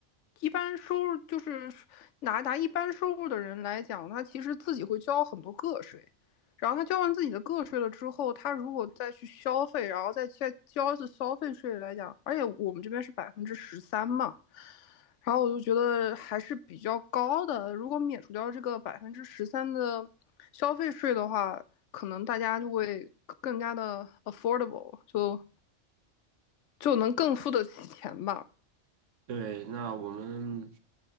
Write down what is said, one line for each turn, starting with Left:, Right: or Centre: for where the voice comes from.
Left: 一般收入就是拿拿一般收入的人来讲，他其实自己会交很多个税，然后他交完自己的个税了之后，他如果再去消费，然后再再交一次消费税来讲，而且我们这边是百分之十三嘛。然后我就觉得还是比较高的。如果免除掉这个百分之十三的消费税的话，可能大家就会更加的 affordable，就就能更付得起钱吧。
Right: 对，那我们